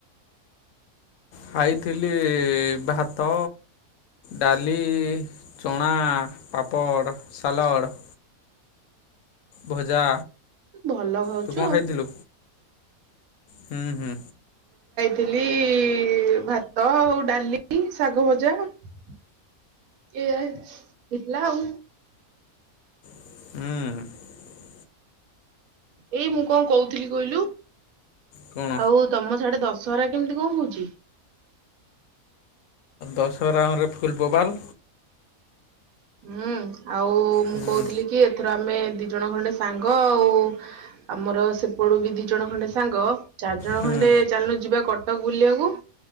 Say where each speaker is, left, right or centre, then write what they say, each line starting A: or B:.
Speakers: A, on the left; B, on the right.
A: ଖାଇଥିଲି ଭାତ। ଡାଲି, ଚଣା, ପାପଡ଼, ସାଲଡ଼। ଭଜା।
B: ଭଲ ଖାଉଛୁ
A: ତୁ କଣ
B: ଆଉ।
A: ଖାଇଥିଲୁ ହୁଁ ହୁଁ।
B: ଥିଲି ଭାତ ଆଉ ଡାଲି, ଶାଗ ଭଜା। ଏଇଆ ହେଇଥିଲା ଆଉ।
A: ହୁଁ।
B: ଏଇ ମୁଁ କଣ କହୁଥିଲି କହିଲୁ।
A: କଣ
B: ଆଉ ତମ ସାଡେ ଦଶ- ଦଶହରା କେମିତି କଣ ହଉଛି?
A: ଦଶହରାଉରେ ଫୁଲବୋବାଲ।
B: ହୁଁ ଆଉ ମୁଁ
A: ହୁଁ
B: କହୁଥିଲି କି ଏଥର ଆମେ- ଦି ଜଣ ଖଣ୍ଡେ ସାଙ୍ଗ ଆଉ ଆମର ସେପଟୁ ବି ଦି ଜଣ ଖଣ୍ଡେ ସାଙ୍ଗ- ଚାରିଜଣ
A: ହୁଁ
B: ଖଣ୍ଡେ ଚାଲୁନୁ ଯିବା କଟକ ବୁଲିବାକୁ।